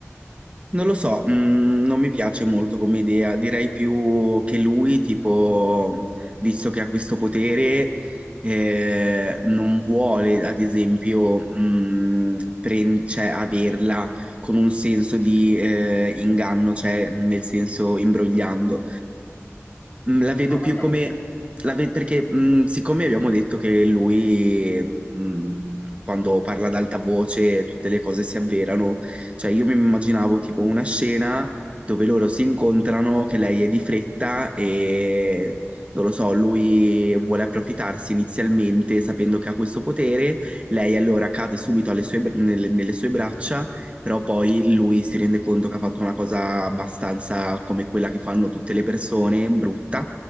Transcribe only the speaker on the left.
No,
va
bene.